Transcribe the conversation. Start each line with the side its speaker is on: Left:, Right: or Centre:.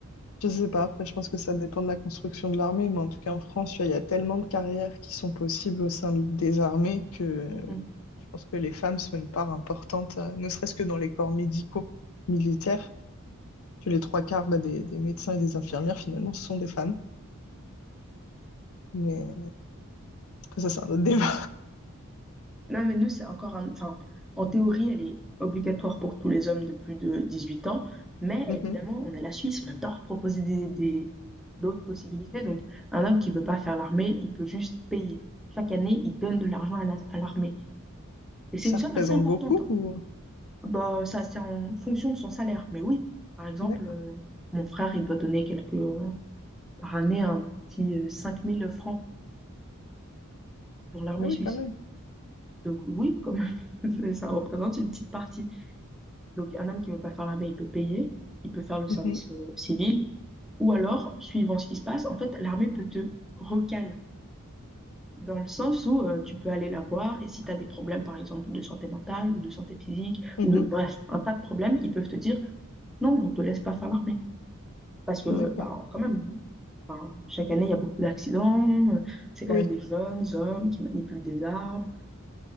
Left: Je sais pas, après, je pense que ça dépend de la construction de l'armée, mais en tout cas, en France, tu vois, il y a tellement de carrières qui sont possibles au sein des armées que euh,
Centre: Mhm.
Left: je pense que les femmes sont une part importante, euh, ne serait-ce que dans les corps médicaux, militaires. que les trois quarts bah, des, des médecins et des infirmières, finalement, sont des femmes. Mais euh, après, ça, c'est un autre débat.
Centre: Non, mais nous, c'est encore un, enfin, en théorie, elle est obligatoire pour tous les hommes de plus de 18 ans. Mais
Left: <laughs> Mhm.
Centre: évidemment, on est la Suisse, on adore proposer des, des- d'autres possibilités. Donc, un homme qui veut pas faire l'armée, il peut juste payer. Chaque année, il donne de l'argent à la- à l'armée. Et c'est
Left: Ça
Centre: une somme
Left: représente
Centre: assez importante,
Left: beaucoup
Centre: hein.
Left: ou...
Centre: Bah, ça, c'est en fonction de son salaire. Mais oui, par exemple,
Left: D'accord.
Centre: euh, mon frère, il doit donner quelques, par année, un petit euh, 5000 francs pour l'armée
Left: Ah oui,
Centre: suisse.
Left: quand même.
Centre: Donc oui, comme <laughs> ça ça représente une petite partie. Donc un homme qui veut pas faire l'armée, il peut payer, il peut faire le service
Left: Mhm.
Centre: euh, civil, ou alors, suivant ce qui se passe, en fait, l'armée peut te recale, dans le sens où euh, tu peux aller la voir, et si tu as des problèmes, par exemple, de santé mentale, ou de santé physique,
Left: Mhm.
Centre: ou de, bref, un tas de problèmes, ils peuvent te dire, non, on te laisse pas faire l'armée. Parce que,
Left: D'accord.
Centre: bah, quand même, enfin, chaque année, il y a beaucoup d'accidents. euh, C'est quand
Left: Oui,
Centre: même des jeunes hommes qui manipulent des armes.